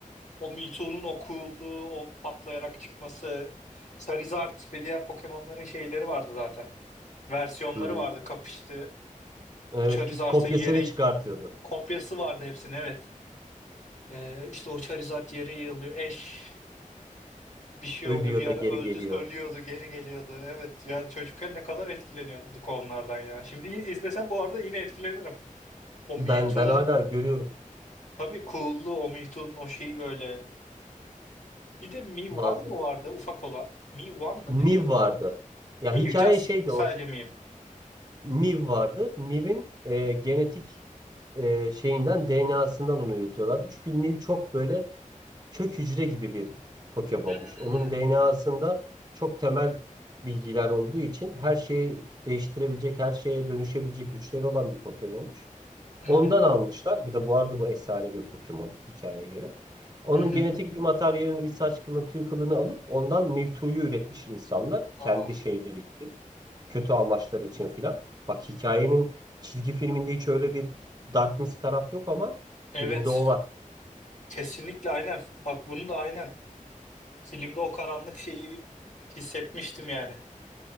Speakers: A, on the left; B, on the right.
A: O Me Too'nun o cool'luğu, o patlayarak çıkması. Charizard ve diğer Pokemon'ların şeyleri vardı zaten. Versiyonları
B: Hı hı.
A: vardı, kapıştı.
B: Evet,
A: O Charizard'ın
B: kopyasını
A: yeri
B: çıkartıyordu.
A: kopyası vardı hepsinin, evet. Ee, işte o Charizard yeri yığılıyor. Ash. bir şey
B: Ölüyor
A: oldu bir ara
B: da geri
A: öldü
B: geliyor.
A: ölüyordu geri geliyordu. Evet ya çocukken ne kadar etkileniyorduk onlardan ya. Şimdi y- izlesem bu arada yine etkilenirim. O
B: Ben
A: Me Too'nun
B: ben hala görüyorum
A: tabii cool'luğu o Me Too'nun o şeyi böyle. Bir de Mi One
B: bazen.
A: mu vardı ufak olan? Mi One mı
B: Miv
A: deniyordu
B: vardı.
A: ona?
B: Ya
A: Mi
B: hikaye
A: Just
B: şeydi
A: sadece
B: o.
A: Mi.
B: Miv vardı. Miv'in e, genetik e, şeyinden DNA'sından onu üretiyorlardı. Çünkü Miv çok böyle kök hücre gibi bir Pokemon'muş.
A: Hmm.
B: Onun DNA'sında çok temel bilgiler olduğu için her şeyi değiştirebilecek, her şeye dönüşebilecek güçleri olan bir Pokemon'muş.
A: Hı
B: Ondan
A: hı,
B: almışlar. Bir de bu arada bu efsane bir Pokemon hikayeye göre. Onun
A: hı hı.
B: genetik bir materyalini, bir saç kılını, tüy kılını alıp ondan Mewtwo'yu üretmiş insanlar kendi
A: Aa,
B: şeyleri için kötü amaçları için filan. Bak hikayenin çizgi filminde hiç öyle bir darkness taraf yok ama filmde
A: evet
B: o var.
A: kesinlikle aynen. Bak bunu da aynen. Filmde o karanlık şeyi hissetmiştim yani.